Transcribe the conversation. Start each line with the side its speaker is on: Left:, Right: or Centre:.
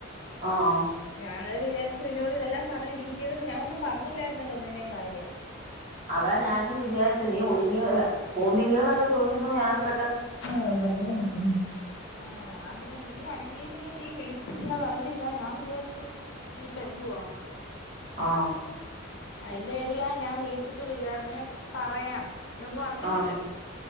Right: ആഹ്
Left: ഞാൻ അന്നേരം വിജാരിച്ചു നിന്നോട് ഇതെല്ലാം പറഞ്ഞ് ഡീറ്റെയിൽസ് ഞാൻ ഒന്നും പറഞ്ഞില്ലാര്ന്നല്ലോ ഒന്നിന്റെയും കാര്യം
Right: അതാ ഞാനും വിജാരിച്ച് നീ ഒരുങ്ങിയോ അല്ല പോന്നില്യോന്നക്കെ ചോയിച്ചപ്പോ ഞാൻ പെ
Left: ആഹ് <unintelligible> ആഹ് ഞാൻ പിന്നെ നീ അനങ്ങിയതുല്ല നീ വിളിച്ചില്ല പറഞ്ഞില്ല ഞാൻ വിജാര്ച്ചു നിപ്പ എന്തുവാ
Right: ആഹ്
Left: ഐന്റെ പേരിലാ ഞാൻ വിളിച്ചിട്ട് വിജാറ്ന് പറയാം ന ഒന്നും അറിഞ്ഞിട്ടില്ലല്ലോ
Right: ആഹ്